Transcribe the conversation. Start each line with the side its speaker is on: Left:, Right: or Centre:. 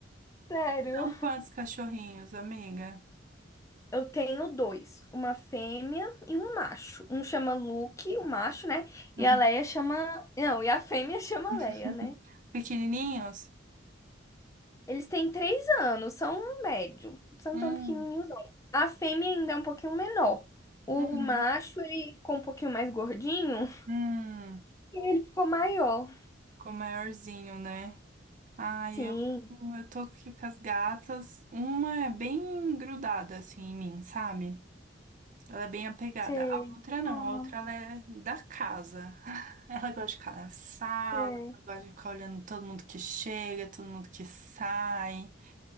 Left: Sério.
Right: São quantos cachorrinhos, amiga?
Left: Eu tenho dois, uma fêmea e um macho. Um chama Luke, o macho, né?
Right: Uhum.
Left: E a Leia chama. Não, e a fêmea <laughs> chama
Right: <laughs>
Left: Leia, né?
Right: Pequenininhos?
Left: Eles têm três anos, são um médio, são
Right: Hum,
Left: tão pequenininhos. não. A fêmea ainda é um pouquinho menor. O
Right: uhum,
Left: macho, ele ficou um pouquinho mais gordinho
Right: hum,
Left: e ele ficou maior.
Right: ficou maiorzinho, né? Ai,
Left: Sim,
Right: eu, eu tô aqui com as gatas. Uma é bem grudada assim em mim, sabe? Ela é bem apegada.
Left: sei.
Right: A outra
Left: Ah,
Right: não, a outra ela é da casa. <laughs> Ela gosta de ficar na sala,
Left: sei.
Right: ela gosta de ficar olhando todo mundo que chega, todo mundo que sai.